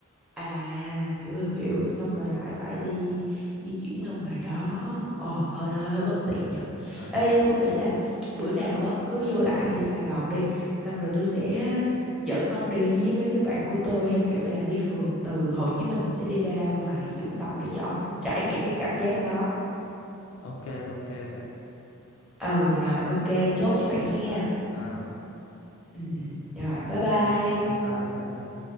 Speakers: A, in the centre; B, on the left.
A: À hiểu hiểu hiểu xong rồi lại phải đi di chuyển ra ngoài đó ờ hơi hơi hơi bất tiện nhở
B: ờ
A: ê tôi nghĩ là bữa nào á cứ vô lại Sài Gòn đi xong rồi tôi sẽ dẫn ông đi với mấy đứa bạn của tôi theo kiểu là đi phượt từ Hồ Chí Minh sẽ đi ra ngoài Vũng Tàu để cho ông trải nghiệm cái cảm giác đó
B: ok ok bạn
A: ừ rồi ok chốt như vậy ha
B: à
A: ừ ừ rồi bye
B: ok
A: bye
B: bye bye bye bye